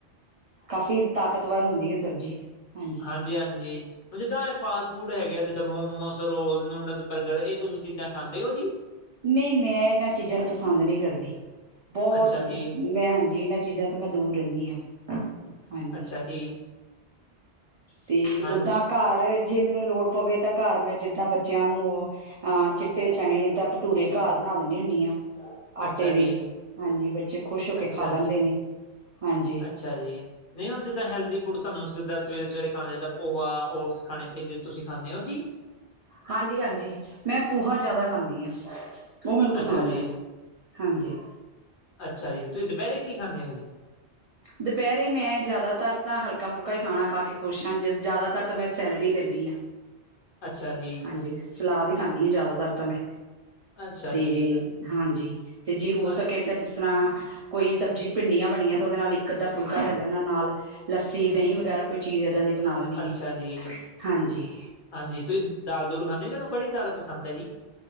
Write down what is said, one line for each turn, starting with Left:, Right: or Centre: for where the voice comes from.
Right: ਕਾਫ਼ੀ ਤਾਕਤਵਰ ਹੁੰਦੀ ਹੈ ਸਬਜ਼ੀ ਹਾਂਜੀ
Left: ਹਾਂਜੀ-ਹਾਂਜੀ, ਹੁਣ ਜਿੱਦਾਂ ਇਹ ਫਾਸ ਫੂਡ ਹੈਗੇ ਆ ਜਿੱਦਾਂ ਮੋਮੋਸ ਰੋਲ, ਨੂਡਲ, ਬਰਗਰ ਇਹ ਤੁਸੀਂ ਚੀਜ਼ਾਂ ਖਾਂਦੇ ਹੋ ਜੀ।
Right: ਨਹੀਂ ਮੈਂ ਇਹਨਾਂ ਚੀਜ਼ਾਂ ਨੂੰ ਪਸੰਦ ਨਹੀਂ ਕਰਦੀ, ਬਹੁਤ
Left: ਅੱਛਾ
Right: ਮੈਂ
Left: ਜੀ
Right: ਹਾਂਜੀ, ਇਹਨਾਂ ਚੀ ਚੀਜ਼ਾਂ ਤੋਂ ਮੈਂ ਦੂਰ ਰਹਿੰਦੀ ਹਾਂ ਹਾਂਜੀ
Left: ਅੱਛਾ ਜੀ।
Right: ਤੇ
Left: ਹਾਂਜੀ
Right: ਓਦਾਂ ਘਰ ਜੇ ਮੈਨੂੰ ਲੋੜ ਪਵੇ ਤਾਂ ਘਰ ਮੈਂ ਜਿੱਦਾਂ ਬੱਚਿਆਂ ਨੂੰ ਹਾਂ, ਚਿੱਟੇ ਚਨੇ ਤਾਂ ਭਟੂਰੇ ਘਰ ਬਣਾ ਦਣੀ ਹੁੰਨੀ ਆ। ਆਟੇ
Left: ਅੱਛਾ
Right: ਦੀ,
Left: ਜੀ
Right: ਹਾਂਜੀ, ਬੱਚੇ ਖੁਸ਼ ਹੋ ਕੇ
Left: ਅੱਛਾ
Right: ਖਾ ਲੈਂਦੇ
Left: ਜੀ
Right: ਨੇ, ਹਾਂਜੀ
Left: ਅੱਛਾ ਜੀ! ਨਹੀਂ ਉਹ ਜਿੱਦਾਂ ਹੈਲਦੀ ਫੂਡ ਸਾਨੂੰ ਜੀਦਾਂ ਸਵੇਰੇ- ਸਵੇਰੇ ਖਾਣਾ ਚਾਹੀਦਾ। ਪੋਹਾ, ਓਟਸ ਖਾਣੇ ਚਾਹੀਦੇ ਤੁਸੀਂ ਖਾਂਦੇ ਹੋ ਜੀ?
Right: ਹਾਂਜੀ- ਹਾਂਜੀ ਮੈਂ ਪੋਹਾ ਜ਼ਿਆਦਾ ਖਾਂਦੀ ਹਾਂ ਉਹ ਮੈਨੂੰ ਪਸੰਦ
Left: ਅੱਛਾ ਜੀ-ਅੱਛਾ
Right: ਹੈ ਹਾਂਜੀ
Left: ਜੀ, ਤੁਸੀਂ ਦੁਪਹਿਰੇ ਕੀ ਖਾਣੇ ਓ ਜੀ।
Right: ਦੁਪਹਿਰੇ ਮੈਂ ਜ਼ਿਆਦਾਤਰ ਤਾਂ ਹਲਕਾ-ਫੁਲਕਾ ਹੀ ਖਾਣਾ ਖਾ ਕੇ ਖੁਸ਼ ਹਾਂ, ਜਿਸ ਜ਼ਿਆਦਾਤਰ ਤਾਂ ਮੈਂ ਸੈਲਡ ਹੀ ਲੈਂਦੀ ਆਂ।
Left: <inaudible> ਅੱਛਾ ਜੀ
Right: ਹਾਂਜੀ, ਸਲਾਦ ਹੀ ਖਾਂਨੀ ਹਾਂ ਜ਼ਿਆਦਾਤਰ ਤਾਂ ਮੈਂ।
Left: ਅੱਛਾ
Right: ਤੇ
Left: ਜੀ
Right: ਹਾਂਜੀ, ਤੇ ਜੇ ਹੋ
Left: ਅ
Right: ਸਕੇ ਤਾਂ ਜ ਤਰ੍ਹਾਂ, ਕੋਈ ਸਬਜ਼ੀ ਭਿੰਡੀਆਂ ਬਣੀਆਂ ਤੇ ਉਹਦੇ ਨਾਲ ਅੱਧਾ ਫੁਲਕਾ ਲੈ ਲੈਣਾ ਨਾਲ, ਲੱਸੀ, ਦਹੀਂ ਵਗੈਰਾ ਕੋਈ ਚੀਜ਼ ਏਦਾਂ ਦੀ ਬਣਾ ਲੈਣੀ
Left: ਅੱਛਾ
Right: ਐ,
Left: ਜੀ
Right: ਹਾਂਜੀ।
Left: ਹਾਂਜੀ। ਤੁਸੀਂ ਦਾਲ ਦੋਲ ਖਾਂਦੇ ਹੋ, ਤੁਹਾਨੂੰ ਕੜੀ ਦਾਲ ਪਸਦ ਹੈ ਜੀ?